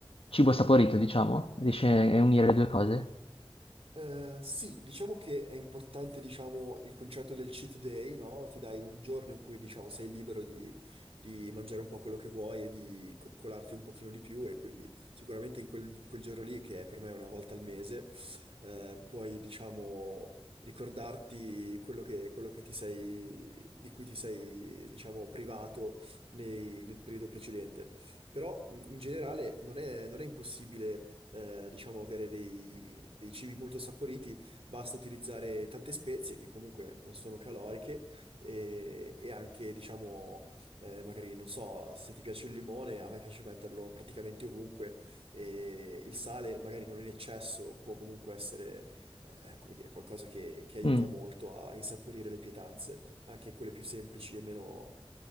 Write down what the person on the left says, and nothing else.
cibo saporito, diciamo? Riesci a unire le due cose?
Mm.